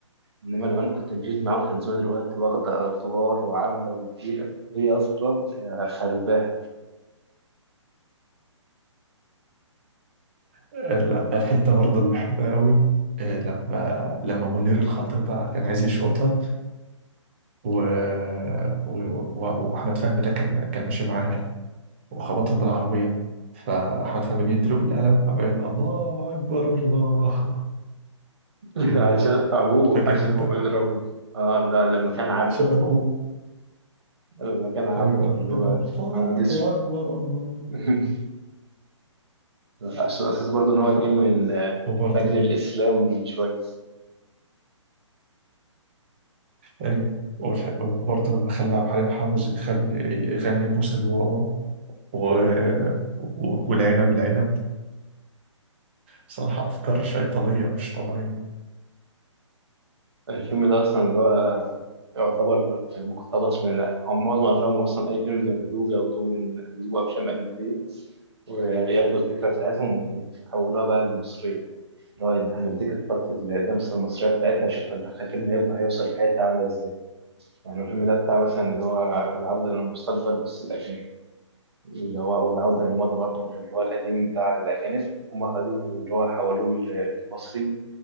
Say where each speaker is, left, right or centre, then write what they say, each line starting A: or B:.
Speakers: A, on the right; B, on the right.
A: إنما لو أنا كنت مشيت معاهم كان زمان دلوقتي واخدة أطوال وعاملة وكبيرة هي أصلا آه، خرباه
B: آه لا، الحتة برضه اللي بحبها قوي آه لما لما منير الخطير بقى كان عايز يشقطها و... و... و... وأحمد فهمي ده كان كان ماشي معاها وخبطهم بالعربية فأحمد فهمي جه يديله بالقلم قام قايل الله أكبر الله
A: <laughs> عشان أبوه
B: <laughs> فاكرها
A: عشان
B: أنت؟
A: أبوه قال ربي آه لا لما كان عبد
B: شرفه
A: لما كان عبد
B: أيوة
A: اللي
B: أكبر
A: هو
B: الله
A: عبد اسود
B: أكبر الله
A: <laughs> عشان أساس برضه إن هو جاي من آه،
B: وبرضه
A: فجر الإسلام من شوية
B: أيوة والح- وبرضه لما خلى عبد الحليم حافظ يخلي يغني بوس الواوا و... و... والعنب العنب صراحة أفكار شيطانية مش طبيعية
A: الفيلم ده أصلا اللي هو يعتبر مقتبس من هم معظم أفلامهم أصلا أي فيلم بيعملوه بياخدوه من بيجيبوا أفلام أجنبية وياخدوا الفكرة بتاعتهم يحولوها بقى للمصرية اللي هو هنديك الط- اللمسة المصرية بتاعتها شوف ال- الفيلم هيبقى هيوصل في حتة عاملة إزاي يعني الفيلم ده بتاع مثلا اللي هو العودة للمستقبل بس الأجنبي اللي هو أو العودة للماضي برضه اللي هو القديم بتاع الأجانب هما خدوه اللي هو حولوه ل- لمصري